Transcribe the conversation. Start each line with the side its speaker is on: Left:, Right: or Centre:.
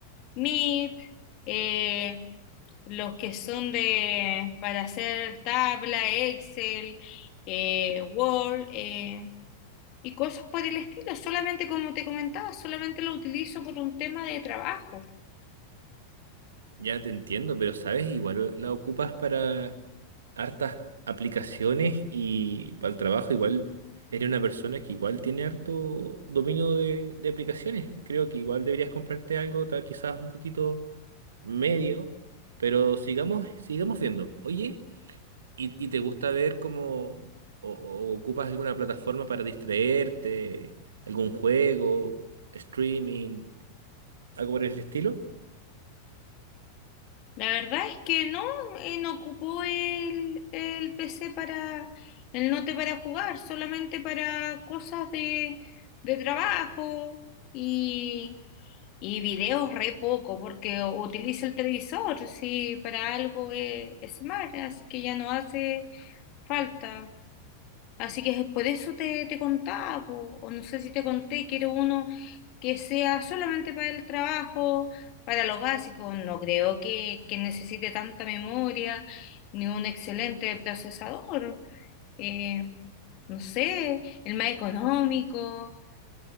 Left: Meet, eh, los que son de, para hacer tabla, Excel, eh, Word. eh, y cosas por el estilo. Solamente, como te comentaba, solamente lo utilizo por un tema de trabajo.
Right: Ya te entiendo, pero sabes, igual la ocupas para hartas aplicaciones y para el trabajo igual eres una persona que igual tiene harto dominio de, de aplicaciones. Creo que igual deberías comprarte algo, tal quizás un poquito medio, pero sigamos, sigamos viendo. Oye, ¿y, y te gusta ver como o, o ocupas alguna plataforma para distraerte, algún juego, streaming, algo por el estilo?
Left: La verdad es que no, eh, no ocupo el, el PC para, el note para jugar, solamente para cosas de, de trabajo y, y videos re poco, porque utilizo el televisor, sí, para algo es smart, así que ya no hace falta. Así que es por eso te, te contaba, po, o no sé si te conté, quiero uno que sea solamente para el trabajo, para lo básico. No creo que, que necesite tanta memoria, ni un excelente procesador. Eh, no sé, el más económico,